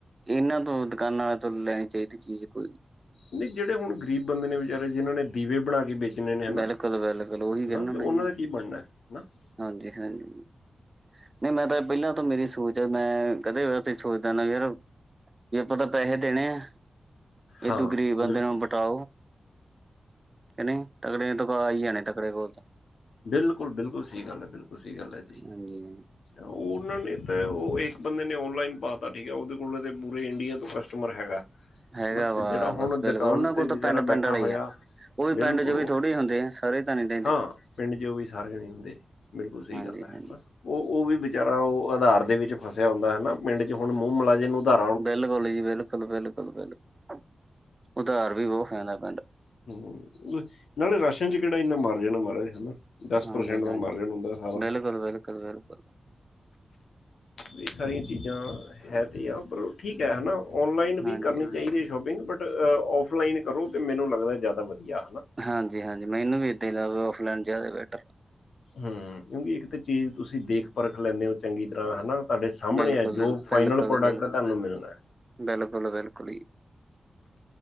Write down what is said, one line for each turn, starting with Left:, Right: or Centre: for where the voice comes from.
Right: ਇਹਨਾਂ ਤੋਂ ਦੁਕਾਨਾਂ ਵਾਲੇ ਤੋਂ ਲੈਣੀ ਚਾਹੀਦੀ ਚੀਜ਼ ਕੋਈ।
Left: ਨਹੀਂ ਜਿਹੜੇ ਹੁਣ ਗਰੀਬ ਬੰਦੇ ਨੇ ਵਿਚਾਰੇ ਜਿਨ੍ਹਾਂ ਨੇ ਦੀਵੇ ਬਣਾ ਕੇ ਵੇਚ ਵੇਚਣੇ ਨੇ ਹਨਾ-ਹਨਾ
Right: ਬਿਲਕੁਲ-ਬਿਲਕੁਲ ਉਹੀ ਕਹਿੰਦਾ
Left: ਤੇ
Right: ਮੈਂ
Left: ਉਹਨਾਂ
Right: ਜੀ
Left: ਦਾ ਕੀ ਬਣਨਾ ਹੈ ਹਨਾ। <inaudible>
Right: ਹਾਂਜੀ-ਹਾਂਜੀ ਮੈਂ ਤਾਂ ਪਹਿਲਾਂ ਤੋਂ ਮੇਰੀ ਸੋਚ ਆ ਮੈਂ ਕਦੇ ਵੈਸੇ ਸੋਚਦਾ ਹੁਨਾ ਯਾਰ ਜੇ ਆਪਾਂ ਤਾ ਪੈਸੇ ਦੇਣੇ ਆ। ਇਹਦੋ
Left: ਹਾਂ,
Right: ਗਰੀਬ ਬੰਦੇ
Left: ਬਿਲਕੁਲ
Right: ਨੂੰ ਬਿਟਾਓ ਕਿ ਨਹੀਂ ਤਕੜੇ ਤੋਂ ਆ ਹੀ ਜਾਣੇ ਤਕੜੇ ਕੋਲ ਤਾਂ
Left: ਬਿਲਕੁਲ-ਬਿਲਕੁਲ ਸਹੀ ਗੱਲ ਐ ਬਿਲਕੁਲ ਸਹੀ ਗੱਲ ਐ ਜੀ।
Right: ਹਾਂਜੀ
Left: ਉਹਨਾਂ ਨੇ ਤਾਂ ਉਹ ਇੱਕ ਬੰਦੇ ਨੇ ਓਨਲਾਈਨ ਪਾ ਤਾ ਠੀਕ ਐ। ਉਹਦੇ ਕੋਲ ਤੇ ਪੂਰੇ ਇੰਡੀਆ ਤੋਂ ਕਸਟਮਰ ਹੈਗਾ।
Right: ਹੈਗਾ
Left: ਹਨਾ
Right: ਵਾ
Left: ਤੇ ਜਿਹੜਾ
Right: ਬਸ
Left: ਹੁਣ
Right: ਬਿਲਕੁਲ
Left: ਦੁਕਾਨ
Right: ਉਹਨਾਂ ਕੋਲ
Left: ਤੇ
Right: ਤਾਂ
Left: ਬਚਾਰਾ
Right: ਪਿੰਡ-ਪਿੰਡ
Left: ਬੈਠਾ
Right: ਵਾਲੇ
Left: ਹੋਇਆ
Right: ਹੀ ਆ। ਉਹ ਵੀ
Left: ਬਿਲਕੁਲ,
Right: ਪਿੰਡ 'ਚ ਵੀ
Left: ਉਹ
Right: ਥੋੜ੍ਹੀ ਹੁੰਦੇ ਆ ਸਾਰੇ ਤਾਂ ਨਹੀਂ ਰਹਿੰਦੇ
Left: ਹਾਂ ਪਿੰਡ ਚ ਉਹ ਵੀ ਸਾਰੇ ਨਹੀਂ ਹੁੰਦੇ ਬਿਲਕੁਲ ਸਹੀ
Right: ਹਾਂਜੀ-ਹਾਂਜੀ।
Left: ਗੱਲ ਆ। ਉਹ-ਉਹ ਵੀ ਵਿਚਾਰਾ ਉਹ ਆਧਾਰ ਦੇ ਵਿੱਚ ਫਸਿਆ ਹੁੰਦਾ ਹਨਾ। ਪਿੰਡ ਚ ਹੁਣ ਮੂੰਹ ਮੁਲਾਹਜੇ ਨੂੰ ਆਧਾਰ
Right: ਬਿਲਕੁਲ ਜੀ ਬਿਲਕੁਲ, ਬਿਲਕੁਲ, ਬਿਲਕੁਲ, ਉਧਾਰ ਵੀ ਬਹੁਤ ਸੈਨਾ ਪੈਂਦਾ।
Left: ਹਮ ਨਾਲੇ ਰਾਸ਼ਨ ਚ ਕਿਹੜਾ ਇੰਨਾ ਮਰ ਜਾਣਾ ਮਹਾਰਾਜ ਹਨਾ। ਦਸ
Right: ਹਾਂਜੀ-ਹਾਂਜੀ।
Left: ਪਰਸੈਂਟ ਦਾ ਮਾਰਜਨ ਹੁੰਦਾ ਸਾਰਾ।
Right: ਬਿਲਕੁਲ-ਬਿਲਕੁਲ, ਬਿਲਕੁਲ ਬਿਲਕੁਲ ਬਿਲਕੁਲ
Left: ਇਹ ਸਾਰੀਆਂ ਚੀਜ਼ਾਂ ਹੈ ਤੇ ਆ ਪਰ ਉਹ ਠੀਕ ਹੈ ਨਾ ਔਨਲਾਈਨ
Right: ਹਾਂਜੀ,
Left: ਵੀ ਕਰਨੀ ਚਾਹੀਦੀ ਐ ਸ਼ੋਪਿੰਗ, ਬਟ ਔਫਲਾਈਨ ਕਰੋ ਤਾਂ ਮੈਨੂੰ ਲੱਗਦਾ ਜ਼ਿਆਦਾ ਵਧੀਆ ਨਾ
Right: ਹਾਂਜੀ-ਹਾਂਜੀ ਮੈਨੂੰ ਇੱਦਾਂ ਹੀ ਲੱਗਦਾ ਔਫਲਾਈਨ ਜ਼ਿਆਦਾ ਬੈਟਰ।
Left: ਹਮ ਓਵੀ ਇੱਕ ਤਾਂ ਚੀਜ਼ ਤੁਸੀਂ ਦੇਖ ਪਰਖ ਲੈਂਨੇ ਹੋ ਚੰਗੀ ਤਰ੍ਹਾਂ ਹਨਾ। ਤੁਹਾਡੇ ਸਾਹਮਣੇ
Right: ਬਿਲਕੁਲ,
Left: ਅੱਜ ਫਾਈਨਲ
Right: ਬਿਲਕੁਲ,
Left: ਪ੍ਰੋਡਕਟ
Right: ਬਿਲਕੁਲ,
Left: ਤਾਨੂੰ ਮਿਲਣਾ।
Right: ਬਿਲਕੁਲ, ਬਿਲਕੁਲ ਜੀ।